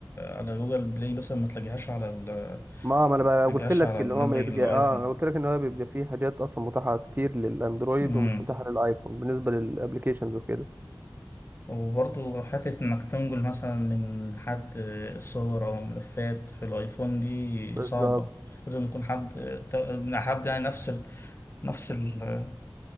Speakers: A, on the left; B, on the right.
A: على جوجل بلاي مثلا ما تلاقيهاش على ال
B: ما ما انا بقى
A: ما
B: قلت
A: تلاقيهاش
B: لك
A: على
B: اللي
A: المدرج
B: هو ما يبقى
A: الآيفون
B: اه انا قلت لك ان هو بيبقى فيه حاجات اصلا متاحه كتير للاندرويد
A: مم.
B: ومش متاحه للايفون بالنسبه للابلكيشنز وكده
A: وبرضو حتة إنك تنقل مثلا من حد صور أو ملفات في الآيفون دي
B: بالظبط
A: صعبة لازم يكون حد حد يعني نفس ال... نفس ال...